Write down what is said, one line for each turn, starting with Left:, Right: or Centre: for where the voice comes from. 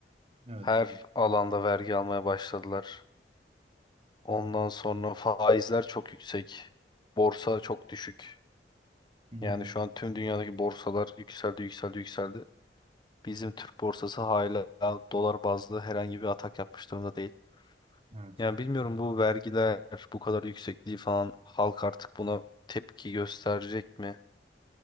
Right: Evet.
Left: Her alanda vergi almaya başladılar. Ondan sonra faizler çok yüksek. Borsa çok düşük.
Right: Hı hı.
Left: Yani şu an tüm dünyadaki borsalar yükseldi, yükseldi, yükseldi. Bizim Türk borsası hala dolar bazlı herhangi bir atak yapmış durumda değil.
Right: Evet.
Left: Yani bilmiyorum bu vergiler bu kadar yüksekliği falan halk artık buna tepki gösterecek mi?